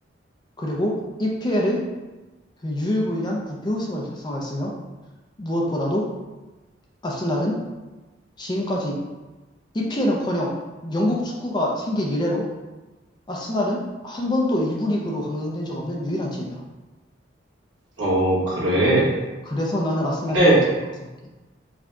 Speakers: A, on the left; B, on the right.
A: 그리고, EPL의 그 유일무이한 무패 우승을 달성하였으며, 무엇보다도, 아스날은 지금까지 EPL은커녕 영국 축구가 생긴 이래로 아스날은 한 번도 2부 리그로 강등된 적 없는 유일한 팀이야.
B: 어, 그래.
A: 그래서 나는 아스날이
B: 근데,
A: 강팀이라고 생각해.